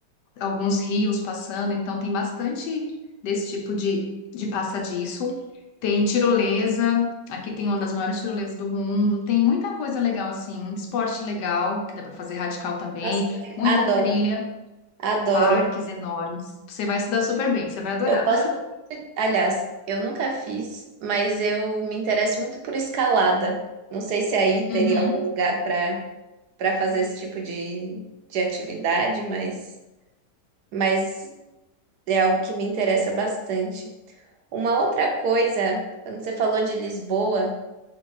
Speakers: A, on the left (about 75°); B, on the right (about 70°).
A: alguns rios passando, então tem bastante desse tipo de, de passadiço. Tem tirolesa, aqui tem uma das maiores tirolesas do mundo, tem muita coisa legal assim, muito esporte legal, que dá para fazer radical também,
B: Nossa, que le-
A: muita
B: adoro.
A: trilha,
B: Adoro.
A: parques enormes. Você vai se dar super bem, você vai adorar.
B: Eu gosto, aliás, eu nunca fiz, mas eu me interesso muito por escalada. Não sei se aí teria
A: Uhum,
B: algum lugar para para fazer esse tipo de, de atividade, mas, mas é algo que me interessa bastante. Uma outra coisa, quando você falou de Lisboa,